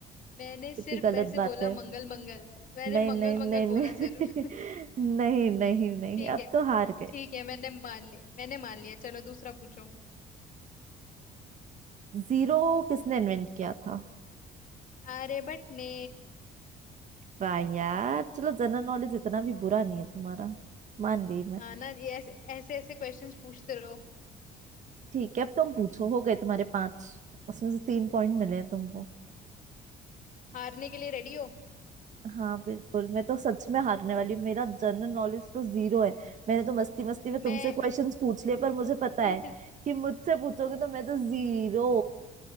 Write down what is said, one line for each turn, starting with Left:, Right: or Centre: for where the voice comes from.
Left: मैंने सिर्फ
Right: कितनी गलत
Left: ऐसे
Right: बात
Left: बोला
Right: है
Left: मंगल मंगल मैंने
Right: नहीं
Left: मंगल
Right: नहीं नहीं
Left: मंगल
Right: नहीं
Left: बोला
Right: <laughs>
Left: सिर्फ <laughs>
Right: नहीं नहीं नहीं
Left: ठीक
Right: अब
Left: है
Right: तो हार गए
Left: ठीक है मैंने मान लिया मैंने मान लिया चलो दूसरा पूछो
Right: जीरो किसने इन्वेंट किया था
Left: आर्यभट्ट ने
Right: वाह यार चलो जनरल नॉलेज इतना भी बुरा नहीं है तुम्हारा मान गई मैं
Left: हाँ ना ये ऐसे ऐसे ऐसे क्वेश्चंस पूछते रहो
Right: ठीक है अब तुम पूछो हो गए तुम्हारे पांच उसमें से तीन पॉइंट मिले हैं तुमको
Left: हारने के लिए रेडी हो
Right: हाँ बिल्कुल मैं तो सच में हारने वाली हूँ मेरा जनरल नॉलेज तो जीरो है मैंने तो मस्ती मस्ती में तुमसे
Left: मैं
Right: क्वेश्चंस पूछ लिए पर मुझे पता
Left: <laughs>
Right: है कि मुझसे पूछोगे तो मैं तो जीरो